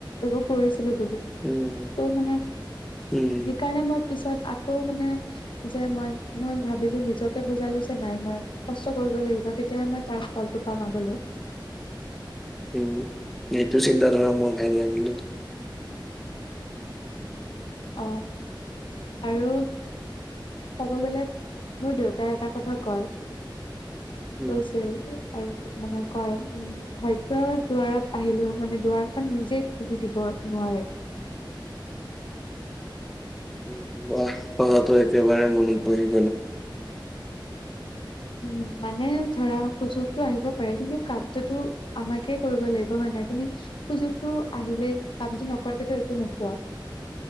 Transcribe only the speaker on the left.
একো, কৰিছিলো বুলি।
ত' মানে,
সেইকাৰণে মই পিছত আকৌ মানে যে, মই, মই ভাবিলোঁ! নিজকে বুজালোঁ যে, নাই মই, কষ্ট কৰিব লাগিব। তেতিয়াহে মই তাৰ ফলটো পাম আগলেও।
অ'! আৰু ক'ব গ'লে, মোৰ দেউতাই এটা কথা কয়,
কৈছিল। আৰু মানে, কয়। উম! ভাগ্য দুৱাৰত, আহিলেও মানে, দুৱাৰখন নিজে খুলি দিব নোৱাৰে।
উম! মানে, ধৰা সুযোগটো আহিব পাৰে। কিন্তু, কামটোতো আমাকে কৰিব লাগিব, হয় নাই? তুমি সুযোগটো আহিলে, কামটো নকৰাকেতো, একো নকোৱা।